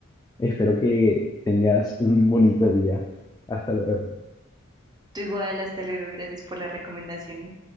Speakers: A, on the left; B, on the right.
A: Espero que tengas un bonito día. Hasta luego.
B: Tú igual, hasta luego, gracias por las recomendaciones.